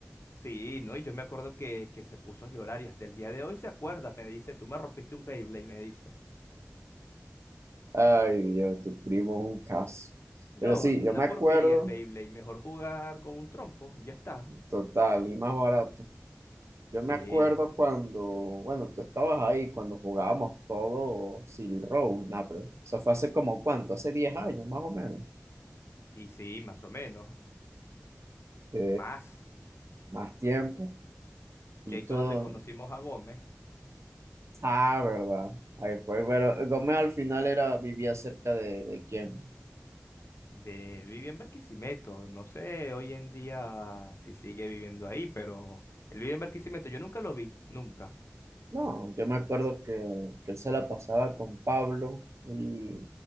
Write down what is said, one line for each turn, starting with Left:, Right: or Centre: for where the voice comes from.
Left: Sí, ¿no? Y yo me acuerdo que, que se puso a llorar y hasta el día de hoy se acuerda. Me dice, tú me rompiste un Beyblade, me dice.
Right: Ay, Dios, tu primo es un caso.
Left: No,
Right: Pero sí,
Left: una
Right: yo me acuerdo,
Left: porquería el Beyblade. Mejor jugar con un trompo, ya está.
Right: total, y más barato. Yo
Left: Sí,
Right: me acuerdo cuando, bueno, tú estabas ahí, cuando jugábamos todo Silk Road, nah, pero eso fue hace como cuánto, hace 10 años más o menos.
Left: y sí, más o menos.
Right: Sí,
Left: Más.
Right: más tiempo y
Left: Que ahí fue
Right: todo.
Left: donde conocimos a Gómez.
Right: Ah, verdad. Ahí fue, pero eh, Gómez al final era, vivía cerca de, de quién.
Left: De, él vivía en Barquisimeto. No sé hoy en día si sigue viviendo ahí, pero él vive en Barquisimeto. Yo nunca lo vi, nunca.
Right: No, yo me acuerdo que, que él se la pasaba con Pablo y